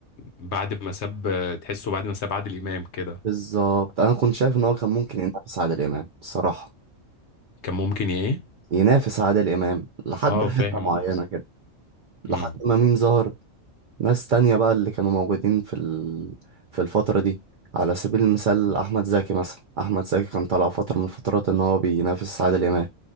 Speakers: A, on the left; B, on the right.
A: بعد ما ساب تحسه بعد ما ساب عادل إمام كده
B: بالظبط أنا كنت شايف إن هو كان ممكن ينافس عادل إمام الصراحة
A: كان ممكن ايه
B: ينافس عادل إمام لحد
A: اه
B: حتة
A: فاهم
B: معينة
A: قصدك
B: كده لحد
A: امم
B: ما مين ظهر ناس تانية بقى اللي كانوا موجودين في ال... في الفترة دي على سبيل المثال أحمد زكي مثلا أحمد زكي كان طالع فترة من الفترات إن هو بينافس عادل إمام